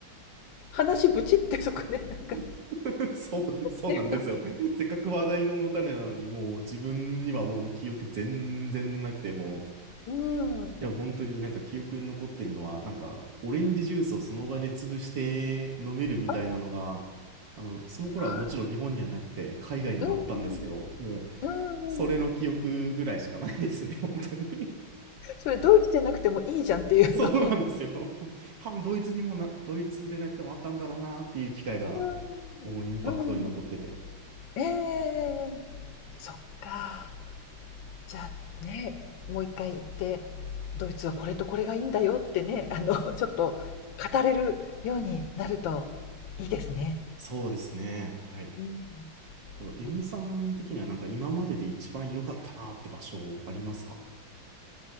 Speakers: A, on the left (about 75°); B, on the right (about 70°).
A: 話ブチってそこでなんか、
B: <laughs> そうです、そうなんですよ。
A: ね、あの
B: せっかく話題のお種なのに、もう自分にはもう記憶全然なくて、もう、
A: うん、うん。
B: いや本当になんか記憶に残ってるのは、なんかオレンジジュースをその場で潰して飲めるみたいなのが、
A: ああ、
B: あの、その頃はもちろん日本にはなくて、
A: あ
B: 海外にはあったんですけど、
A: あ、うんうん、
B: もう、
A: うんうん。
B: それの記憶ぐらいしかないですね、<laughs> 本当に。
A: それドイツじゃなくてもいいじゃんっていうあの。
B: そうなんですよ。多分ドイツにもな、ドイツでなくてもあったんだろうなっていう機会が、
A: うーん、
B: もうインパクトに残ってて。
A: うん。ええそっか。じゃあ、ね、もう一回行って、ドイツはこれとこれがいいんだよってね、あの、ちょっと語れるようになるといいですね。
B: そうですね。はい。
A: うん。
B: と、エミさん的にはなんか今までで一番良かったなって場所ありますか
A: いや、